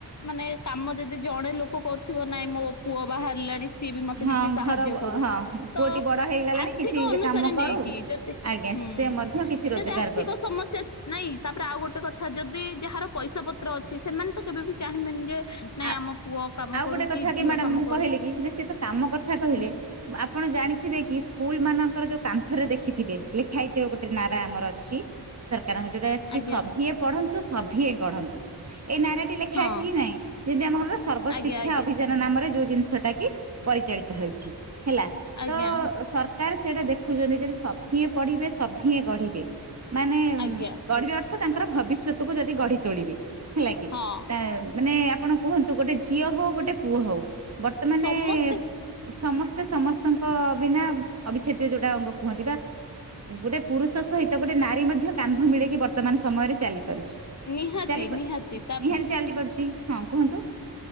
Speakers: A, on the left; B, on the right.
A: ମାନେ କାମ ଯଦି ଜଣେ ଲୋକ କରୁ ଥିବ ନାଇଁ ମୋ ପୁଅ ବାହାରିଲାଣି ସିଏ ବି ମତେ
B: ହଁ
A: କିଛି ସାହାଯ୍ୟ
B: ଘର
A: କରୁ
B: ହଁ
A: ତ
B: ପୁଅଟି ବଡ ହେଇଗଲାଣି
A: ଆର୍ଥି
B: କିଛି
A: କ ଅନୁସାରେ
B: କାମ କରୁ
A: ନେଇକି ଯଦି
B: ଆଜ୍ଞା
A: ହୁଁ
B: ସେ ମଧ୍ୟ କିଛି ରୋଜଗାର
A: ଯଦି ଆର୍ଥିକ
B: କରୁ
A: ସମସ୍ୟା। ନାଇଁ ତାପରେ ଆଉ ଗୋଟେ କଥା ଯଦି ଯାହାର ପଇସାପତ୍ର ଅଛି ସେମାନେ ତ କେବେ ବି ଚାହିଁବେନି ଯେ। ନାଇଁ
B: ଆଉ
A: ଆମ ପୁଅ କାମ
B: ଆଉ
A: କରୁ
B: ଗୋଟେ କଥା କି
A: ଝିଅ
B: ମ୍ୟାଡାମ
A: କାମ
B: ମୁଁ
A: କରୁ
B: କହିଲି କି ନା ସିଏ ତ କାମ କଥା କହିଲେ।
A: ହୁଁ
B: ଆପଣ ଜାଣିଥିବେ କି। ସ୍କୁଲମାନଙ୍କର ଯୋଉ କାନ୍ଥରେ ଦେଖିଥିବେ ଲେଖା ହେଇଥିବେ ଗୋଟେ ନାରା ଆମର ଅଛି। ସରକାରଙ୍କ ଯୋଉଟା ଅଛି କି
A: ଆଜ୍ଞା।
B: ସଭିଏ ପଢନ୍ତୁ ସଭିଏ ଗଢନ୍ତୁ ଏଇ ନାରା ଟି ଲେଖା
A: ହଁ।
B: ଅଛି କି ନାଇଁ? ଯଦି ଆମ ଘରର ସର୍ବଶିକ୍ଷା
A: ଆଜ୍ଞା ଆଜ୍ଞା
B: ଅଭିଯାନ ନାମରେ ଯୋଉ ଜିନିଷଟା କି ପରିଚାଳିତ ହେଉଛି ହେଲା।
A: ଆଜ୍ଞା
B: ତ ସରକାର ସେଇଟା ଦେଖୁଛନ୍ତି ଯଦି ସଭିିଏଁ ପଢିବେ ସଭିଏଁ ଗଢିବେ। ମାନେ
A: ଆଜ୍ଞା
B: ଗଢିବ ଅର୍ଥ ତାଙ୍କର ଭବିଷ୍ୟତକୁୁ ଯଦି ଗଢି ତୋଳିବେ। ହେଲାକି
A: ହଁ
B: ତା ମାନେ ଆପଣ କୁହନ୍ତୁ ଗୋଟେ ଝିଅ ହଉ ଗୋଟେ ପୁଅ ହଉ ବର୍ତ୍ତମାନେ।
A: ସମସ୍ତେ
B: ସମସ୍ତେ ସମସ୍ତଙ୍କ ବିନା ଅବିଚ୍ଛେଦ୍ୟ ଯୋଉଟା ଅଙ୍ଗ କୁହନ୍ତି ବା ଗୋଟେ। ପୁରୁଷ ସହିତ ଗୋଟେ ନାରୀ ମଧ୍ୟ କାନ୍ଧ ମିଳେଇକି ବ ର୍ତ୍ତମାନ ସମୟରେ ଚାଲି ପାରୁଛି
A: ନିହାତି
B: ଚାଲିପା
A: ନିହାତି ତା
B: ନିହାତି
A: ହୁଁ
B: ଚାଲି ପାରୁଛି ହଁ କୁହନ୍ତୁ।